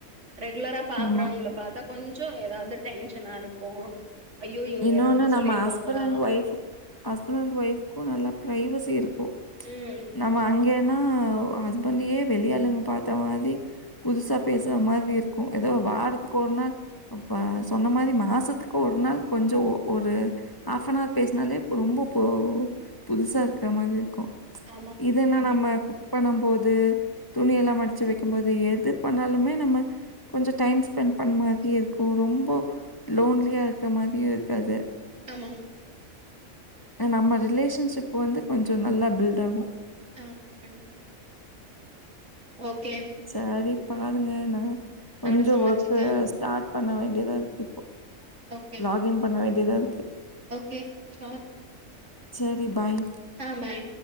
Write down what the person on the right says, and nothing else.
ரெகுலரா பாக்குறவங்கள
பாத்தா கொஞ்ச எதாவது டென்ஷனா இருக்கு ஐயோ இவங்க
ஏதாவது
சொல்லிருவாங்களா
ம்
ஆமா
கண்டிப்பா
ஆமாங்க
ஆ கண்டிப்பா ஓகே
நானு சமைச்சிட்டு
ஓகே
ஓகே ஷோர்
ஆ பாய்